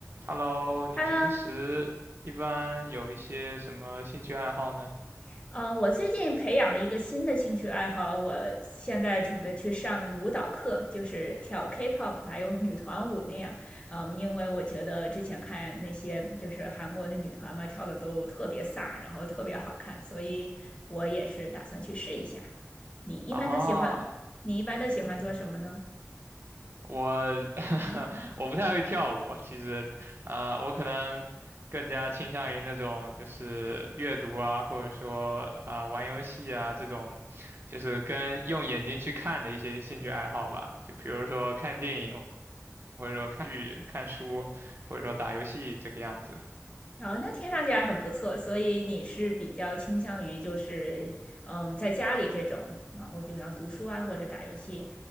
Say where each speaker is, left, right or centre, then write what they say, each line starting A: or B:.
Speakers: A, on the right; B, on the left.
A: Hello，你平时一般有一些什么兴趣爱好呢？
B: Hello，嗯呃，我最近培养了一个新的兴趣爱好，我现在准备去上舞蹈课，就是跳 K-pop 还有女团舞那样。嗯，因为我觉得之前看那些就是韩国的女团嘛，跳的都特别飒，然后特别好看，所以我也是打算去试一下。你一般都喜欢，
A: 啊，
B: 你一般都喜欢做什么呢？
A: 嗯，我 <laughs> 我不太会跳舞，其实，啊、我可能更加倾向于那种就是阅读啊，或者说啊、玩游戏啊这种，就是跟用眼睛去看的一些兴趣爱好吧，就比如说看电影，或者说看剧、看书，或者说打游戏这个样子。
B: 哦，那听上去还很不错，所以你是比较倾向于就是，嗯，在家里这种，然后就像读书啊或者打游戏，